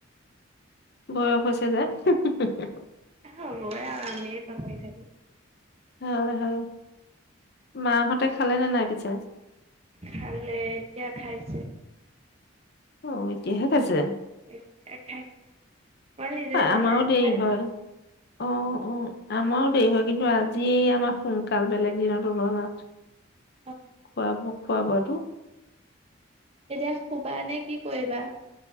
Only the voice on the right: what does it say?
হ'বয় আৰু আমিয়ে পাহৰি থাকো।
খালে এতিয়া খাইছে।
এতিয়া খাইছে মই নিজে
বনাই
খাই
লওঁ
উম।
এতিয়া শুবা নে কি কৰিবা?